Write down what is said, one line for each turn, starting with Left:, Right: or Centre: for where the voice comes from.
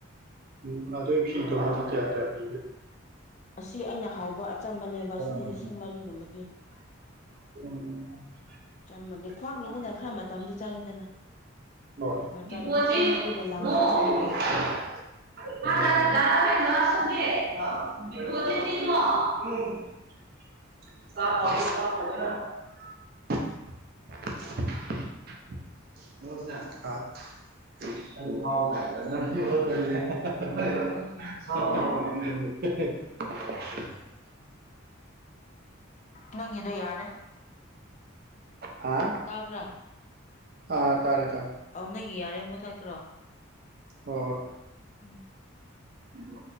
Right: ꯎꯝ ꯑꯗꯨꯏ ꯐꯤꯗꯨ ꯃꯗꯤ ꯀꯌꯥ ꯀꯌꯥ ꯄꯤꯒꯦ
Left: ꯑꯁꯤ ꯑꯩꯅ ꯍꯥꯎꯕ ꯇꯝꯕꯅꯦꯕ
Right: ꯍꯣꯏ
Left: ꯁꯤꯗꯤ ꯂꯤꯁꯤꯡ ꯃꯔꯤꯒꯨꯝꯕ ꯄꯤ
Right: <unintelligible>
Left: ꯑꯆꯝꯕꯅꯦ ꯈ꯭ꯋꯥꯡꯒꯤꯅꯤꯅ ꯈꯔ
Right: ꯗꯤꯄꯣꯖꯤꯠ
Left: ꯃꯇꯝꯗꯤ ꯆꯪꯉꯤꯗꯅ ꯃꯇꯝꯁꯨ ꯆꯪꯉꯦ ꯑꯗꯨꯒ ꯂꯪꯁꯨ
Right: <unintelligible>
Left: ꯆꯪꯉꯦꯕ ꯁꯤꯁꯦ
Right: <unintelligible> <unintelligible> <unintelligible> <unintelligible> ꯑꯥ <unintelligible> <unintelligible>
Left: ꯎꯝ
Right: <unintelligible>
Left: ꯅꯪꯒꯤꯗꯣ ꯌꯥꯔꯦ
Right: ꯍꯥ
Left: ꯇꯥꯕ꯭ꯔ
Right: ꯑꯥ ꯇꯥꯔꯦ ꯇꯥꯔꯦ
Left: ꯑꯣ ꯅꯪꯒꯤ ꯌꯥꯔꯦ ꯃꯣꯏ <unintelligible> ꯀ꯭ꯔꯣ
Right: ꯑꯣ
Left: ꯎꯝ
Right: ꯎꯝ